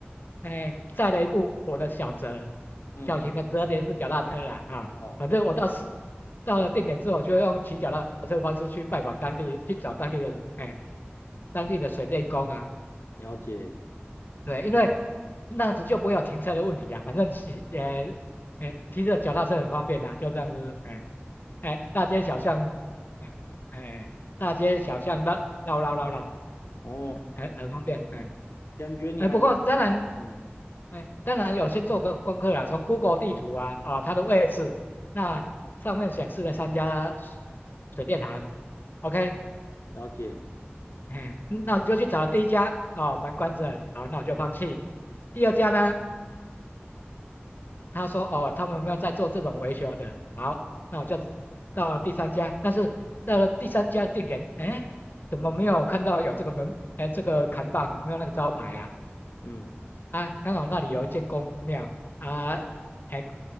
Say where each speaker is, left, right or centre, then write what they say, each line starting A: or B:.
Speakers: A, on the left; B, on the left.
A: 哎，载了一部我的小折，
B: 嗯，
A: 小型的折叠式脚踏车啦啊，
B: 哦，
A: 反正我到是到了定点之后，我就用骑脚踏车的方式去拜访当地，去找当地的哎当地的水电工啊。
B: 了解。
A: 对，因为那样子就不会有停车的问题啊。反正骑，呃，哎，骑着脚踏车很方便啊，就这样子，哎，哎，大街小巷，哎，哎，大街小巷的绕绕绕绕，
B: 哦，
A: 很很方便，哎，
B: 感觉你还蛮
A: 哎，不过当然，
B: 嗯，
A: 哎，当然有先做个功课啦，从 Google 地图啊，啊，它的位置，那上面显示了三家水电行，OK，
B: 了解。
A: 哎，那我就去找第一家，哦，门关着，好，那我就放弃。第二家呢？他说哦，他们没有在做这种维修的。好，那我就到了第三家，但是到了第三家的定点，哎，怎么没有看到有这个门，哎，这个扛棒没有那个招牌啊？
B: 嗯
A: 啊，刚好那里有一间公庙啊，哎，